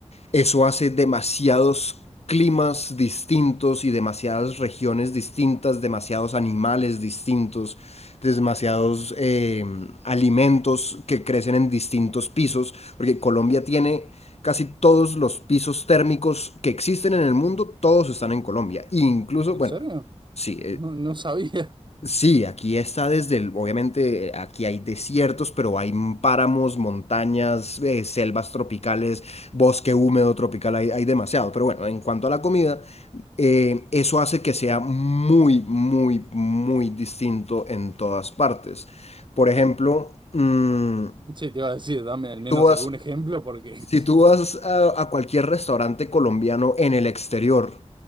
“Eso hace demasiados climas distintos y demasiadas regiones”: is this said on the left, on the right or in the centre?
Left